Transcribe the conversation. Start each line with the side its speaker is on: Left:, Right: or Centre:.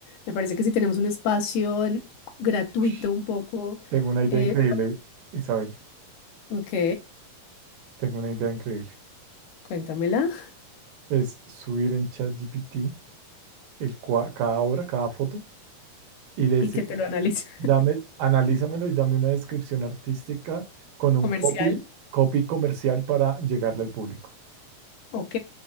Left: Me parece que si tenemos un espacio en- gratuito
Right: Ush.
Left: un poco,
Right: Tengo una idea
Left: eh,
Right: increíble, Isabel.
Left: ok,
Right: Tengo una idea increíble.
Left: cuéntamela
Right: Es subir en ChatGPT el, cua- cada obra, cada foto y le decimos,
Left: y que te lo analice.
Right: dame, analízamelo y dame una descripción artística con un
Left: <laughs> Comercial,
Right: copy, copy comercial para llegarle al público.
Left: ok,